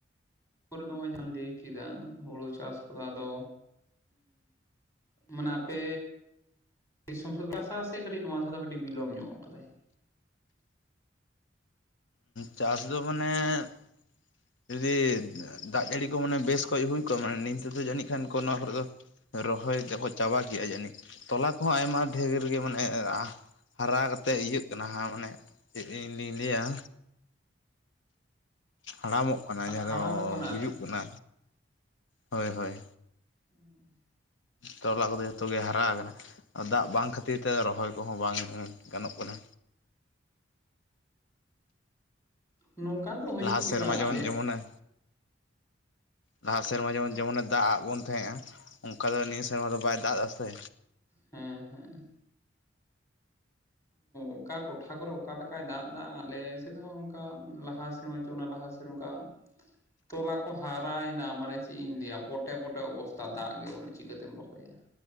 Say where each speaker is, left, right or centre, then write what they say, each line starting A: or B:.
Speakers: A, on the left (about 15°); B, on the left (about 80°).
A: ᱛᱚᱨ ᱱᱚᱭ ᱡᱮ ᱞᱟᱹᱭ ᱠᱮᱫᱟ ᱦᱩᱲᱩ ᱪᱟᱥ ᱠᱚᱫᱚ ᱟᱫᱚ। ᱢᱟᱱᱮ ᱟᱯᱮ ᱫᱤᱥᱚᱢ ᱵᱷᱟᱥᱟ ᱥᱮ ᱠᱟᱹᱴᱤᱡ ᱱᱚᱶᱟ ᱫᱷᱟᱣ ᱫᱚ ᱠᱟᱹᱴᱤᱡ ᱵᱤᱞᱚᱢ ᱧᱚᱜ ᱠᱟᱫᱟᱭ।
B: ᱪᱟᱥ ᱫᱚ ᱢᱟᱱᱮ ᱡᱩᱫᱤ ᱫᱟᱜ ᱡᱟᱹᱲᱤ ᱠᱚ ᱢᱟᱱᱮ ᱵᱮᱥ ᱠᱷᱚᱡ ᱦᱩᱭ ᱠᱚᱜᱼᱟ ᱢᱟᱱᱮ ᱱᱤᱛ ᱛᱮᱫᱚ ᱡᱟᱹᱱᱤᱡ ᱠᱷᱟᱱ ᱠᱚ ᱱᱚᱶᱟ ᱠᱚᱨᱮ ᱫᱚ। ᱨᱚᱦᱚᱭ ᱛᱚᱠᱚ ᱪᱟᱵᱟ ᱠᱮᱜᱼᱟ ᱡᱟᱹᱱᱤᱡ ᱴᱚᱞᱟ ᱠᱚᱦᱚᱸ ᱟᱭᱢᱟ ᱰᱷᱮᱨ ᱜᱮ ᱢᱟᱱᱮ ᱦᱟᱨᱟ ᱠᱟᱛᱮᱫ ᱤᱭᱟᱹᱜ ᱠᱟᱱᱟ ᱦᱟᱸ ᱢᱟᱱᱮ ᱪᱮᱫ ᱤᱧᱫᱤᱧ ᱞᱟᱹᱭᱟ। ᱦᱟᱲᱟᱢᱚᱜ ᱠᱟᱱᱟ, ᱡᱟᱦᱟᱸᱭ
A: ᱦᱟᱲᱟᱢᱚᱜ
B: ᱫᱚ
A: ᱠᱟᱱᱟ
B: ᱜᱩᱡᱩᱜ
A: ᱟᱨᱠᱤ
B: ᱠᱟᱱᱟ ᱦᱳᱭ ᱦᱳᱭ।
A: <inaudible>
B: ᱛᱚᱵᱮ ᱟᱵᱚ ᱠᱚᱫᱚ ᱡᱚᱛᱚ ᱜᱮ ᱦᱟᱨᱟ ᱟᱠᱟᱱᱟ। ᱫᱟᱜ ᱵᱟᱝ ᱠᱷᱟᱹᱛᱤᱨ ᱛᱮ ᱨᱚᱦᱚᱭ ᱠᱚᱦᱚᱸ ᱵᱟᱝ ᱜᱟᱱᱚᱜ ᱠᱟᱱᱟ।
A: ᱱᱚᱝᱠᱟ ᱫᱚ ᱦᱩᱭᱩᱜ
B: ᱞᱟᱦᱟ ᱥᱮᱨᱢᱟ
A: ᱜᱮᱭᱟ
B: ᱡᱮᱢᱚᱱ
A: ᱟᱞᱮᱭᱟᱜ
B: ᱡᱮᱢᱚᱱᱮ ᱞᱟᱦᱟ ᱥᱮᱨᱢᱟ ᱡᱮᱢᱚᱱ ᱡᱮᱢᱚᱱᱮ ᱫᱟᱜ ᱟᱫ ᱵᱚᱱ ᱛᱟᱦᱮᱸᱜᱼᱟ ᱚᱱᱠᱟ ᱫᱚ ᱱᱤᱭᱟᱹ ᱥᱮᱨᱢᱟ ᱫᱚ ᱵᱟᱭ ᱫᱟᱜᱼᱟ ᱥᱮ।
A: ᱦᱮᱸ ᱦᱮᱸ। ᱚᱠᱟ ᱴᱚᱴᱷᱟ ᱠᱚᱨᱮ ᱚᱠᱟ ᱞᱮᱠᱟᱭ ᱫᱟᱜ ᱮᱫᱟ ᱟᱞᱮ ᱥᱮᱫ ᱦᱚᱸ ᱚᱱᱠᱟ ᱞᱟᱦᱟ ᱥᱮᱢᱟ ᱪᱚ ᱚᱱᱟ ᱞᱟᱦᱟ ᱥᱮ ᱱᱚᱝᱠᱟ ᱛᱚᱞᱟ ᱠᱚ ᱦᱟᱨᱟᱭᱮᱱᱟ ᱢᱟᱱᱮ ᱪᱮᱫ ᱤᱧ ᱞᱟᱹᱭᱟ ᱯᱚᱴᱮ ᱯᱚᱴᱮ ᱚᱵᱚᱥᱛᱛᱟ ᱫᱟᱜ ᱜᱮ ᱵᱟᱱᱩᱜ-ᱟ ᱪᱤᱠᱟᱹᱛᱮᱢ ᱨᱚᱦᱚᱭᱟ ᱾